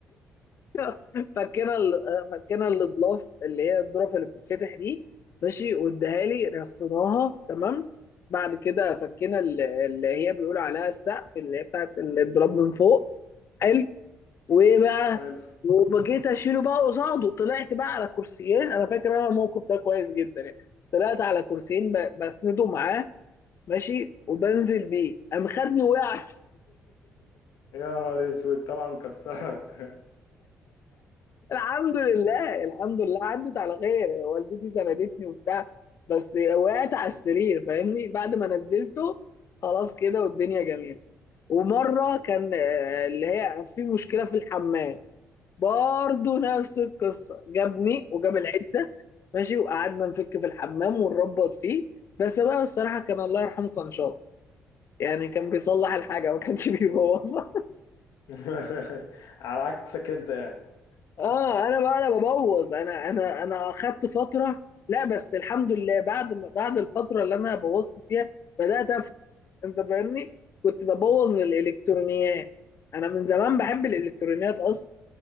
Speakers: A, on the left; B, on the left.
A: <laughs> فكنا ال- فكنا الاضلاف اللي هي الظرف اللي بتتفتح دي ماشي واداها لي رصيناها تمام بعد كده فكنا ال- اللي هي بيقول عليها السقف اللي هي بتاعت الضرب من فوق حلو وايه بقى
B: حلو
A: وبجيت اشيله بقى قصاده طلعت بقى على كرسيين انا فاكر انا الموقف ده كويس جدا يعني طلعت على كرسيين ب- بسنده معاه ماشي وبنزل بيه قام خدني وقعت
B: يا نهار اسود طبعا كسرك
A: الحمد لله الحمد لله عدت على خير والدتي سندتني وبتاع بس وقعت على السرير فاهمني بعد ما نزلته خلاص كده والدنيا جميلة ومرة كان آه، اللي هي في مشكلة في الحمام برضه نفس القصة جابني وجاب العدة ماشي وقعدنا نفك في الحمام ونربط فيه بس بقى الصراحة كان الله يرحمه كان شاطر يعني كان بيصلح الحاجة ما كانش <laughs> بيبوظها
B: <laughs> على عكسك انت يعني
A: اه انا بقى انا ببوظ انا انا انا اخدت فتره لا بس الحمد لله بعد ما بعد الفتره اللي انا بوظت فيها بدات افهم انت فاهمني كنت ببوظ الالكترونيات انا من زمان بحب الالكترونيات اصلا